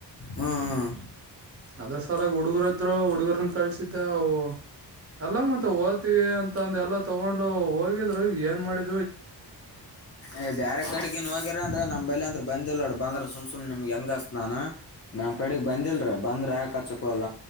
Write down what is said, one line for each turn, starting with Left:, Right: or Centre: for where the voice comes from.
Left: ಹ್ಞೂ
Right: ಅದ್ರ ಸಲಾಗಿ ಹುಡುಗರ. ರು ಹುಡುಗರನ್ನ ಕಳ್ಸಿದ್ದವು ಎಲ್ಲ ಮತ್ತೆ ಹೋದ. ಅಂತಂದ ಎಲ್ಲ ತಗೊಂಡು ಹೋಗಿದ್ರ ಏನ್ ಮಾಡಿ
Left: ಏ ಬೇರೆ ಕಡೆಗೆನ್ ಹೋಗ್ಯರ ಅನ್ರಾ ನಮ್ಮೈಲಿ ಅಂದ್ರ. ಬಂದಿಲ್ಲೋಡ್ ಬಂದ್ರೆ ಸುಮ್ ಸುಮನೆ ನಿಮ್ಗೆ ಹೆಂಗ ಸ್ನಾನ. ನಮ್ಮ ಕಡೆಗ್ ಬಂದಿಲ್ರೀ ಬಂದ್ರ ಯಾಕ ಹಚ್ಚಕ ಅಲ್ಲ